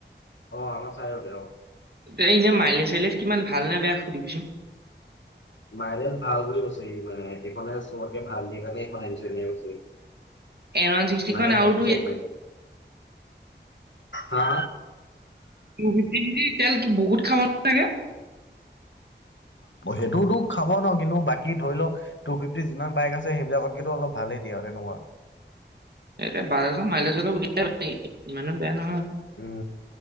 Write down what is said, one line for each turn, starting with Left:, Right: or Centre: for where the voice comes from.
Left: অ' আমাৰ চাইডতে অ'।
Right: এ ইনে মাইলেজ চাইলেজ কিমান ভাল নে বেয়া সুধিবিচোন।
Left: মাইলেজ ভাল বুলি কৈছে ইমানে হেইখনে চবতকে ভাল দিয়ে কাৰনে সেইখন আনিছে এনেকে কৈছে।
Right: এন ওৱান ছিক্সটিখন
Left: মানে
Right: আৰু
Left: হেতু
Right: তোৰ
Left: চেগমেণ্ট। হা
Right: টো ফিফটি চি চি তেল বহুত খাব ছাগে।
Left: সেইটোতো খাব ন কিন্তু বাকী ধৰি লওক টু ফিফটি যিমান বাইক আছে সেইবিলাকত কিন্তু অলপ ভাল। ভালে দিয়া এ আৰু তেনেকোৱা।
Right: এ বাৰশৰ মাইলেজ অলপ উলিয়াই ইমানো বেয়া নহয়।
Left: উম